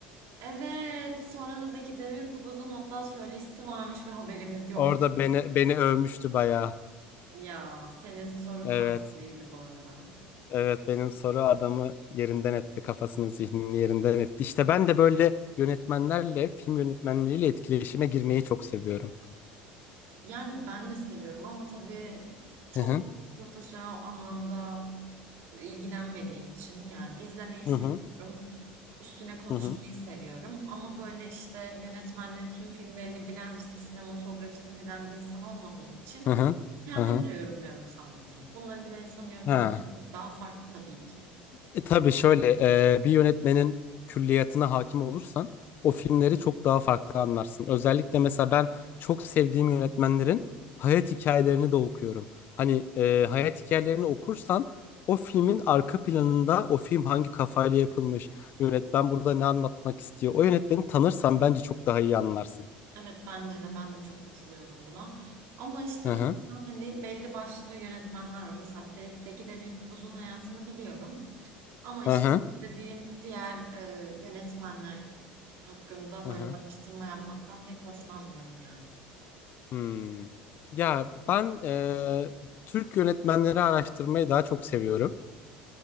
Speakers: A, on the right; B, on the left.
A: Evet sonra da Zeki Demirkubuz'un hatta söyleşisi varmış ve haberimiz yoktu.
B: Orada beni beni övmüştü bayağı.
A: Ya senin soru
B: Evet.
A: bambaşkaydı bu arada.
B: Evet benim soru adamı yerinden etti kafasını zihnini yerinden etti. İşte ben de böyle yönetmenlerle film yönetmenleriyle etkileşime girmeyi çok seviyorum.
A: Yani ben de seviyorum ama tabii çok
B: Hı hı
A: profesyonel anlamda ilgilenmediğim için yani izlemeyi
B: hı
A: seviyorum.
B: hı
A: Üstüne konuşmayı
B: hı hı
A: seviyorum ama böyle işte yönetmenlerin tüm filmlerini bilen işte sinematografisini bilen bir insan olmadığım için
B: hı hı.
A: kendimce
B: hı. hı.
A: yorumluyorum sadece. Bunları bilen insan yorumlaması
B: Ha.
A: çok daha farklı tabii ki.
B: E, tabii şöyle e, bir yönetmenin külliyatına hakim olursan o filmleri çok daha farklı anlarsın. Özellikle mesela ben çok sevdiğim yönetmenlerin hayat hikayelerini de okuyorum. Hani e, hayat hikayelerini okursan o filmin arka planında o film hangi kafayla yapılmış, yönetmen burada ne anlatmak istiyor. O yönetmeni tanırsan bence çok daha iyi anlarsın.
A: Evet bence de ben de çok katılıyorum buna. Ama işte
B: Hı
A: mesela
B: hı.
A: hani belli başlı yönetmenler var. Mesela de, Zeki Demirkubuz'un hayatını biliyorum. Ama işte
B: Hı hı.
A: izlediğim diğer e, yönetmenler hakkında
B: Hı
A: böyle
B: hı.
A: araştırma yapmaktan pek hoşlanmıyorum yani.
B: Hmm. Ya ben e, Türk yönetmenleri araştırmayı daha çok seviyorum.